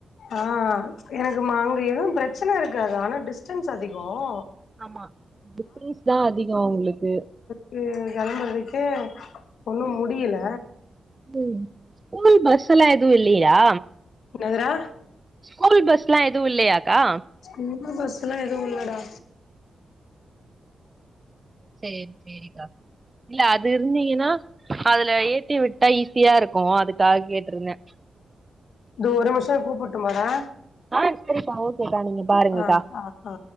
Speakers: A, on the left; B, on the right.
A: ஆ எனக்கு மா அங்க எதுவும் பிரச்சன இருக்காது ஆனா டிஸ்டன்ஸ் அதிகம்
B: ஆமா டிஸ்டன்ஸ் தான் அதிகம் உங்களுக்கு
A: இது கிளம்பறதுக்கே ஒன்னும் முடியல
B: உம் ஸ்கூல் பஸ் எல்லாம் எதுவும் இல்லயா
A: என்னதுடா
B: ஸ்கூல் பஸ் எல்லா எதுவும் இல்லையாக்கா
A: ஸ்கூல் பஸ் எல்லா எதுவும் இல்லடா
B: செரி செரிக்கா இல்ல அது இருந்தீங்கன்னா அதுல ஏத்தி விட்டா ஈஸியா இருக்கும் அதுக்காக கேட்ருந்தேன்
A: இதொ ஒரு நிமிஷம் கூப்டட்டுமாடா
B: ஆ செரிக்கா ஓகேக்கா நீங்க பாருங்கக்கா
A: ஆ ஆ ஆ